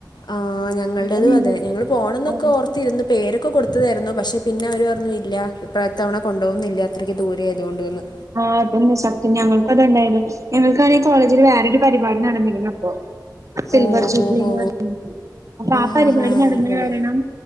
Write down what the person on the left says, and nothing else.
ആ ഞങ്ങളുടെതും
അതെ ഞങ്ങള് പോണം എന്നൊക്കെ
ഓർ ത്തിരുന്ന് പേരൊക്കെ കൊടുത്തതായിരുന്നു പക്ഷെ പിന്നെ അവർ പറഞ്ഞു ഇല്ല ഇത്തവണ കൊണ്ടുപോവുന്നില്ല. അത്രയ്ക്ക് ദൂരെയ ആയതുകൊണ്ട് വന്ന്
ഓഹോ
ഹാ
ഹാ
അടിപൊളി